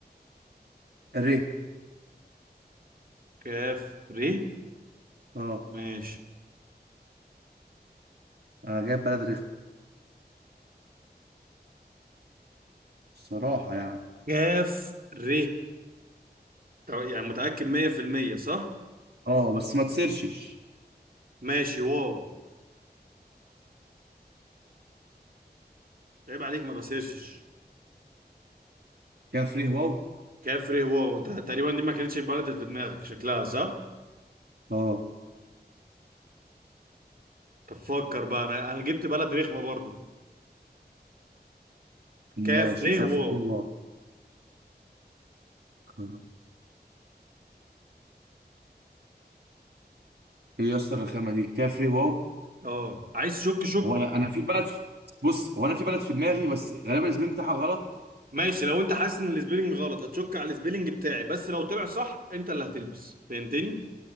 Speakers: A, on the right (about 75°); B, on the right (about 55°).
A: ر
B: كاف ر
A: اه
B: ماشي
A: انا جايب بلد رخم الصراحه يعني
B: كاف ر طب يعني متأكد 100% صح
A: اه بس ما تسرشش
B: ماشي واو عيب عليك ما بسيرشش
A: كفري واو
B: كافري واو انت تقريبا دي ما كانتش البلد اللي في دماغك شكلها صح
A: اه
B: طب فكر بقى انا انا جبت بلد رخمه برضو كافري
A: ماشي كفري
B: واو
A: واو كرو. ايه يا اسطى الرخامه دي كفري واو
B: اه عايز شك شك
A: هو انا أنا في بلد في... بص هو انا في بلد في دماغي بس غالبا الاسم بتاعها غلط
B: ماشي لو انت حاسس ان السبيلنج غلط هتشك على السبيلنج بتاعي بس لو طلع صح انت اللي هتلبس فهمتني